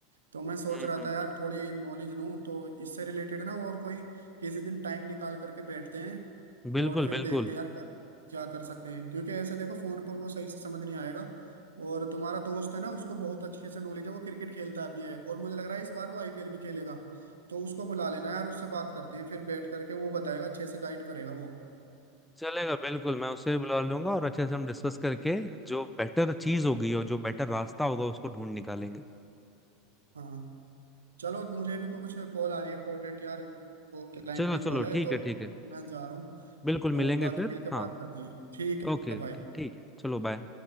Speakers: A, on the right; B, in the centre.
A: तो मैं सोच
B: हम्म,
A: रहा
B: हम्म,
A: था यार
B: हम्म।
A: थोड़ी नॉलेज लूँ तो इससे रिलेटेड ना और कोई किसी दिन टाइम निकाल करके बैठते हैं
B: बिल्कुल
A: और फिर
B: बिल्कुल
A: देखते हैं यार क्या क्या कर सकते हैं क्योंकि ऐसे देखो फोन पर वो सही से समझ नहीं आएगा और तुम्हारा दोस्त है ना उसको बहुत अच्छे से नॉलेज है वो क्रिकेट खेलता भी है और मुझे लग रहा है इस बार वो आईपीएल भी खेलेगा तो उसको बुला लेना यार उससे बात करते हैं फिर बैठ करके वो बताएगा अच्छे से गाइड करेगा वो
B: चलेगा बिल्कुल मैं उससे भी बुला लूंगा और अच्छे से हम डिस्कस करके जो बेटर चीज होगी और जो बेटर रास्ता होगा उसको ढूंढ निकालेंगे
A: हाँ चलो मुझे भी कुछ कॉल आ रही है इंपॉर्टेंट यार को क्लाइंट
B: चलो
A: की
B: चलो
A: कॉल है
B: ठीक
A: तो
B: है ठीक है
A: मैं जा रहा हूँ
B: बिल्कुल मिलेंगे
A: और बाकी
B: फिर
A: मिलकर
B: हाँ
A: बात करते हैं ठीक
B: ओके
A: है
B: ओके
A: भाई
B: ठीक है चलो बाय